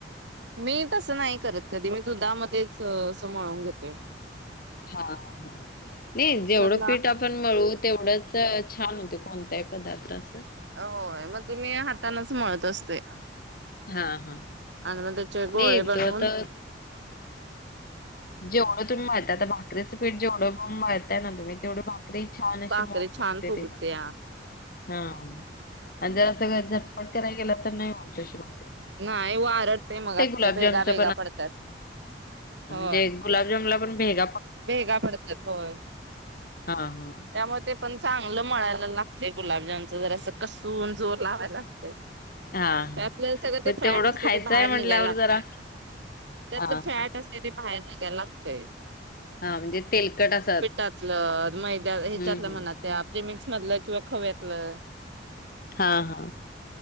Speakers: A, on the right; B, on the left.
A: मी तसं नाही करत कधी मी दुधामध्येच अस म्हळून घेतोय
B: हा ह नाही
A: मिक्सरला
B: जेवढं पीठ आपण मळू तेवढंच छान होत कोणतही पदार्रा असं
A: हो मग तुम्ही हाताना त असते
B: हां, हां.
A: आणि मग त्याचे
B: नाही
A: गोळे बनवून
B: तो आता जे ओढ तु्ही म्हहातता भाकरे जेवढ पणहताय ना तुम्ही तेवढं री छान अे
A: भाकरी
B: मग फुकते
A: छान फुगत्या.
B: ते हा आणि जरा सळ झटपट करायला गेलं तर नाही म्होलतो शि ब
A: नाही वारटते मग अस
B: गुलाबजामचं
A: ते भेगा भेगा पडतात हो
B: जे गुलाबजम ला आपण भहेग
A: भेगा पडत्यात होय
B: हां, हां.
A: त्यामुळे ते पण चांगलं मळायला लागतेय गुलाबजामनच जरा अस कसून जोर लावाला लागतं
B: हां, हां.
A: त्यातलं सगळं ते
B: मग
A: फॅट
B: तेवढं
A: असते
B: खायचं
A: ते बाहेर
B: आहे म्हटल्यावर
A: निघायला लागतय
B: जरा
A: त्यातलं
B: हां,
A: फॅट
B: हां.
A: असत ते बाहेर निघायला लागतय
B: हां, म्हणजे तेलकट असं
A: पिटातलं मैद्या ह्याच्यातलं
B: हम्म हम्म.
A: म्हणत आपलेमिक्स मधलं किंवा खव्यातलं हा
B: हा हा